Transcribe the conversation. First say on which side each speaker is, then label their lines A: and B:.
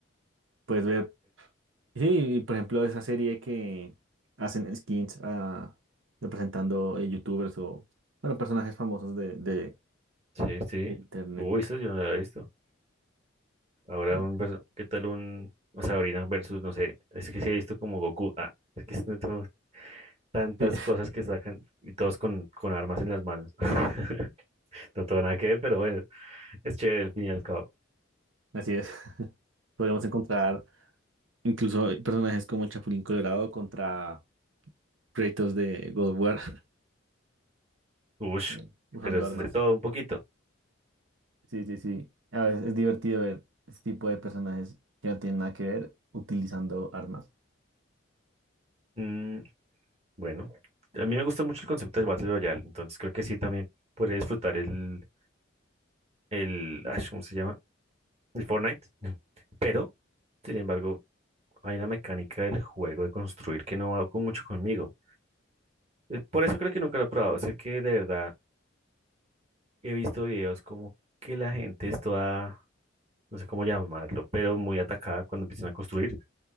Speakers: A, on the right (about 80°); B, on the right (about 35°).
A: Puedes ver, sí, y por ejemplo, esa serie que hacen skins ah, representando eh, youtubers o, bueno, personajes famosos de, de,
B: sí, sí.
A: de internet.
B: Uy, eso yo no lo había visto. Ahora
A: Eh,
B: un vers- ¿qué tal un o Sabrina versus, no sé, es que sí he visto como Goku. Ah, es que son to- tantas
A: Sí,
B: cosas que sacan y todos con, con armas en las manos. <laughs> No tengo nada que ver, pero bueno, es chévere al fin y al cabo.
A: <laughs> así es. <laughs> Podemos encontrar Incluso hay personajes como el Chapulín Colorado contra Kratos de God of War
B: Ush,
A: <laughs> eh, usando
B: pero es
A: armas.
B: de todo un poquito.
A: Sí, sí, sí. A veces es divertido ver este tipo de personajes que no tienen nada que ver utilizando armas.
B: Mm, Bueno, a mí me gusta mucho el concepto del Battle Royale, entonces creo que sí también podría disfrutar el, el, ah, ¿cómo se llama? El Fortnite, <laughs> pero, sin embargo, hay una mecánica del juego de construir que no va con mucho conmigo. Eh, Por eso creo que nunca lo he probado, sé que de verdad he visto videos como que la gente es toda, no sé cómo llamarlo, pero muy atacada cuando empiezan a construir